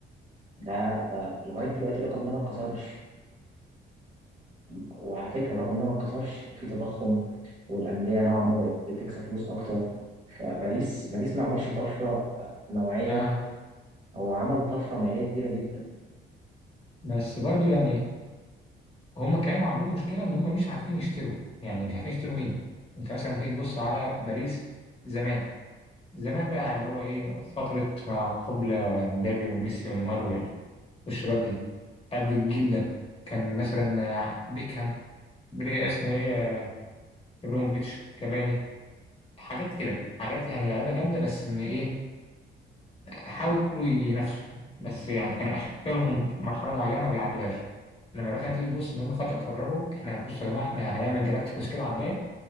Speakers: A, on the right; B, on the left.
A: ده ده لغايه دلوقتي الرقم ده ما اتكسرش وعلى فكرة الرقم ده ما اتكسرش وفي تضخم والأندية نوعا ما بقت بتكسب فلوس أكتر فباريس باريس ما عملش طفرة آه، نوعية
B: آه
A: هو عمل طفرة مالية كبيرة جدا
B: بس برضو يعني هم كانوا عندهم مشكلة إن هم مش عارفين يشتروا يعني مش عارفين يشتروا مين أنت مثلا لما تيجي تبص على باريس زمان زمان بقى اللي هو إيه فترة ما قبل آه، مبابي وميسي ونيمار والشباب دي قبل الجيل ده كان مثلا آه، بيكهام بري اسمه ايه آه، ابراهيموفيتش كافاني حاجات كده حاجات يعني لعيبه جامده بس ان ايه حاولوا ينافسوا بس يعني كان اخرهم مرحله معينه ما بيعدوهاش لما مثلا تيجي تبص ان هم فجاه قرروا احنا بصوا يا جماعه احنا هنعمل جلاكتيكوس كده على الضيق